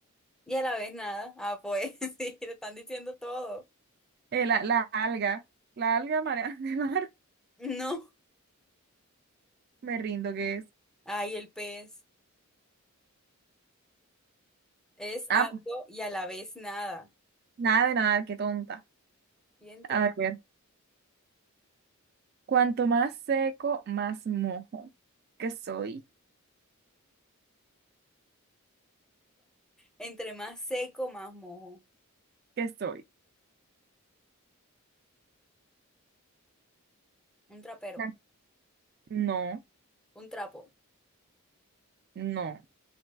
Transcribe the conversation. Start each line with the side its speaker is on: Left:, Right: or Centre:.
Centre: y a la vez nada. Ah, pues <laughs> sí, te están diciendo todo.
Right: Eh, la, la alga, la alga marea <laughs> de mar,
Centre: No.
Right: me rindo, que es?
Centre: Ay, el pez. Es
Right: Ah,
Centre: algo y a la vez nada.
Right: nada de nadar, qué tonta.
Centre: Y entonces,
Right: A ver, cuanto más seco, más mojo. ¿Qué soy?
Centre: entre más seco, más mojo.
Right: ¿Qué soy?
Centre: Un trapero,
Right: Ah, No,
Centre: un trapo.
Right: no.